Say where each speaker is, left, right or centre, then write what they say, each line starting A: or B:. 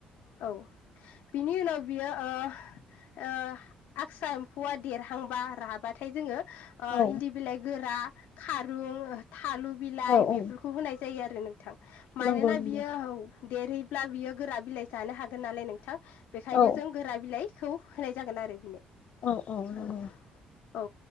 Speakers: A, on the left (about 75°); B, on the left (about 45°).
A: औ बिनि उनाव बियो ओ ओ आदसा एम्फौआ देरहांबा राबाथाय जोङो ओ
B: औ
A: इन्दि बिलाइ गोरा खारुं थालु बिलाइ
B: औ
A: बेफोरखौ
B: औ
A: होनाय जायो आ रो नोंथां मानोना
B: नंगौ नंगौ
A: बियो हौ देरहैब्ला बियो गोरा बिलाइ जानो हागोन नालाय नोंथां बेखायनो
B: औ
A: जों गोरा बिलाइ खौ होनाय जागोन आरो बिनो
B: औ औ नंगौ
A: औ औ